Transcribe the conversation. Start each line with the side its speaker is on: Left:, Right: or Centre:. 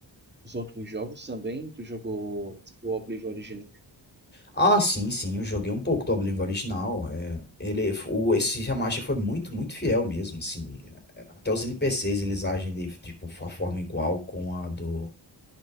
Right: os outros jogos também? Tu jogou tipo, o Oblivion original?
Left: Ah, sim, sim, eu joguei um pouco do Oblivion original. é, ele, o, esse remaster foi muito, muito fiel mesmo, assim. é, Até os NPCs eles agem de tipo a forma igual com a do